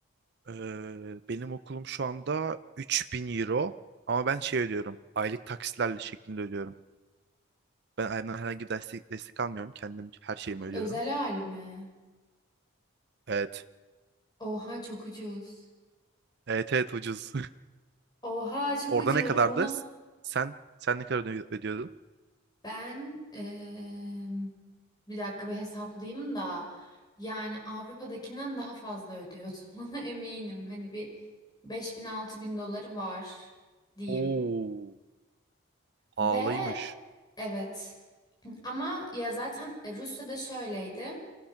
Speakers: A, on the right; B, on the left.
A: Ee, benim okulum şu anda 3000 euro ama ben şey ödüyorum. Aylık taksitlerle şeklinde ödüyorum. Ben aileden herhangi bir destek, destek almıyorum. Kendim her şeyimi
B: Bu
A: ödüyorum.
B: özel hali mi?
A: Evet.
B: Oha çok ucuz.
A: Evet evet ucuz.
B: Oha
A: <laughs>
B: çok
A: Orada
B: ucuz.
A: ne kadardı?
B: Bana
A: Sen sen ne kadar öde- ödüyordun?
B: Ben em, bir dakika bir hesaplayayım da yani Avrupa'dakinden daha fazla ödüyordum <laughs> ona eminim. Hani bir 5000 bin doları var diyeyim.
A: Oo, pahalıymış.
B: Ve evet ama ya zaten Rusya'da şöyleydi.